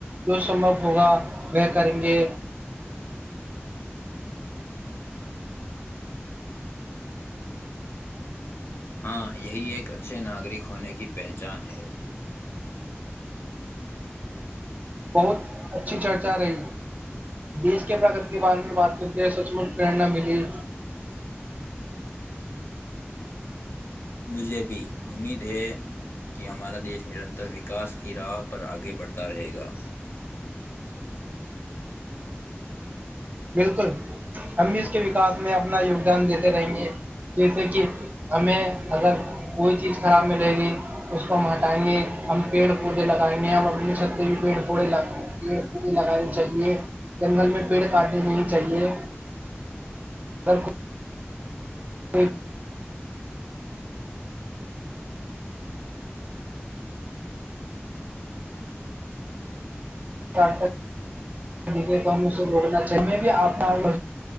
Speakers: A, on the right; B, on the left.
A: جو سمبھو ہوگا وہ کریں گے
B: ہاں یہی ایک اچھے ناگرک ہونے کی پہچان ہے
A: بہت اچھی چرچا رہی دیش کے پرگتی کے بارے میں بات کرتے سچمچ پررنا ملی
B: مجھے بھی امید ہے کہ ہمارا دیش نرنتر وکاس کی راہ پر آگے بڑھتا رہے گا
A: بالکل ہم بھی اس کے وکاس میں اپنا یوگدان دیتے رہیں گے جیسے کہ ہمیں اگر کوئی چیز خراب ملے گی اس کو ہم ہٹائیں گے ہم پیڑ پودے لگائیں گے ہم اپنی چھری میں پیڑ پڑے پڑ پودے لگانے چاہیے جنگل میں پیڑ گاڈی نہیں چاہیے سر ہاں <inaudible> تو ہم اسے روکنا چل میں بھی آنا